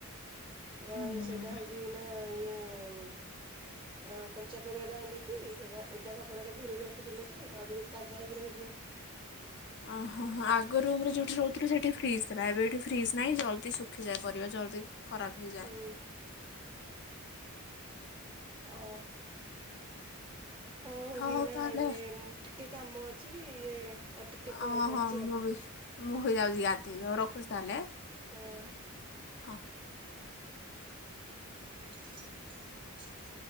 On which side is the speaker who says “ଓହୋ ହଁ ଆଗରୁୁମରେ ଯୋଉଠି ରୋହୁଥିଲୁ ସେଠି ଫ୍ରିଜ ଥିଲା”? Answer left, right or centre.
Left